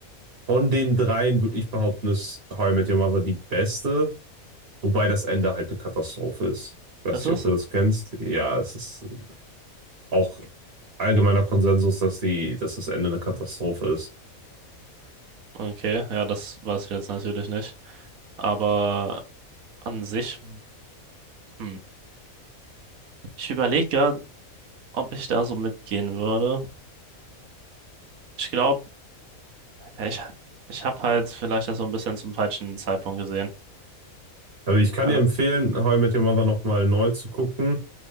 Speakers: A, on the right; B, on the right.
A: Von den dreien würde ich behaupten, ist How I Met Your Mother die beste, wobei das Ende halt eine Katastrophe ist. Ich weiß
B: Ist es?
A: nicht, ob du das kennst. Ja, es ist auch allgemeiner Konsensus, dass die, dass das Ende eine Katastrophe ist.
B: Okay, ja, das weiß ich jetzt natürlich nicht. Aber an sich, hm. Ich überlege gerade, ob ich da so mitgehen würde. Ich glaube, ich, ich habe halt vielleicht das so ein bisschen zum falschen Zeitpunkt gesehen.
A: Also ich kann
B: Ah,
A: dir empfehlen, How I Met Your Mother nochmal neu zu gucken,